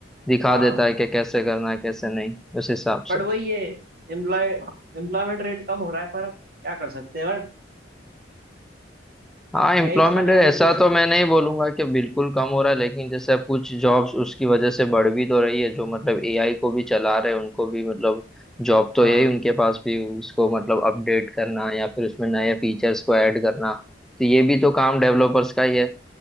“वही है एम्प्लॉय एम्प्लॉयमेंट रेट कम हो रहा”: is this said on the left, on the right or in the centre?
Right